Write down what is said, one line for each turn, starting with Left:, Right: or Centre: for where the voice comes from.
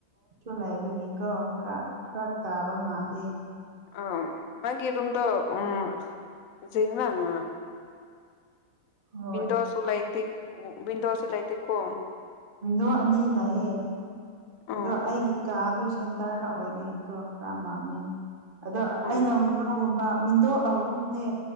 Right: ꯨ ꯂꯥꯏꯕꯒꯤꯀꯣ ꯈꯔ ꯐꯔꯛ ꯇꯥꯕ ꯃꯥꯗꯦ
Left: ꯑ ꯃꯥꯒꯤ ꯔꯨꯝꯗ ꯎꯝꯅꯥ
Right: ꯍꯣꯏ
Left: ꯃꯤꯟꯗꯣꯁꯨꯂꯥꯏꯇꯛ ꯑꯣ ꯕꯤꯟ ꯋꯥꯁ ꯂꯥꯏꯇ ꯀꯣ
Right: ꯃꯤꯗꯣ ꯑꯅꯤ ꯂꯑꯌꯦ
Left: ꯎꯝ
Right: ꯑꯗꯣ ꯑꯩꯒꯤ ꯀ ꯑꯗꯨ ꯁꯦꯟꯇꯔꯗ ꯑꯣꯏꯕꯒꯤꯀꯣ ꯈꯔ ꯃꯥꯝꯃꯤ ꯑꯗꯣ
Left: ꯎꯝ
Right: ꯑꯩꯅ ꯋꯤꯟꯗꯣꯒꯨꯝꯕ ꯋꯤꯟꯗꯣ ꯑꯍꯨꯝꯅꯦ